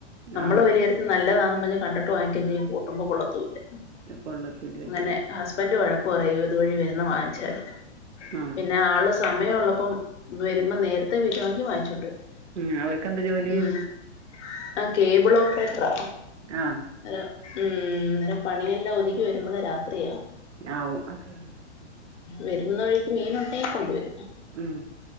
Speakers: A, on the left (about 80°); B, on the right (about 90°).
A: നമ്മള്
B: ആഹ്
A: വലിയാര്യത്തി നല്ലതാണെന്ന് പറഞ്ഞ കണ്ടട്ട് വാങ്ങിക്കേം ചെയ്യും കൂട്ടുമ്പോ കൊളളത്തൂല്ല
B: കൊള്ളത്തൂല്ല
A: അങ്ങനെ
B: ശരി
A: ഹസ്ബന്റ് വഴക്ക് ക്കുവറയും ഇതുവഴി വരുന്ന വാങ്ങിച്ചാല്
B: ആഹ്
A: പിന്നെ ആള് സം സമയുള്ളപ്പം വരുമ്പോ നേരത്തെ വെരുവാങ്കി വാങ്ങിച്ചോണ്ട് വരും
B: ഉം അവർക്ക് എന്താ ജോലി
A: ഉം ആ കേബിൾ ഓപ്പറേറ്ററാ
B: ആഹ്
A: അ ഉം അനേരം പണിയെല്ലാം ഒതുക്കി വരുമ്പോള് രാത്രിയാ
B: ആവും അ ശരി
A: വരുന്ന വഴിക്ക് മീൻ ഉണ്ടെങ്കിൽ കൊണ്ടുവരും
B: ഉം